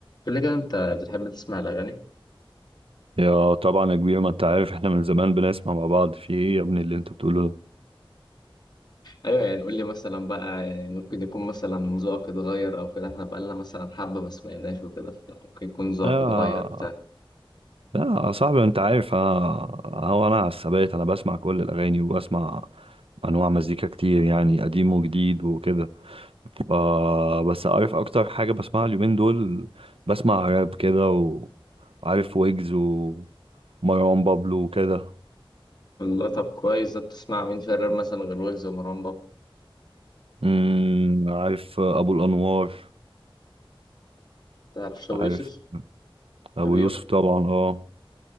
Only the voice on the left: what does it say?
قول لي كده انت بتحب تسمع الاغاني
ايوه يعني قول لي مثلا بقى يعني ممكن يكون مثلا ذوقك اتغير او كده احنا بقالنا مثلا حبه ما سمعناش وكده ممكن يكون ذوقك
اتغير بتاع
والله طب كويس ده بتسمع مين في الراب مثلا غير ويجز ومروان بابا
تعرف شو
يوسف
ابيو